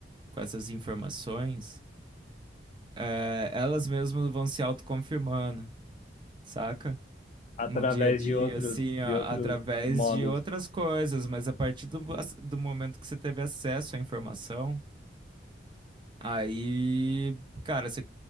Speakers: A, on the right (about 25°); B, on the left (about 40°).
A: com essas informações, é, elas mesmas vão se autoconfirmando, saca?
B: através
A: No dia a dia,
B: de outros
A: assim, a-
B: de outros
A: através
B: modos.
A: de outras coisas, mas a partir do, do momento que você teve acesso à informação. Aí, cara, você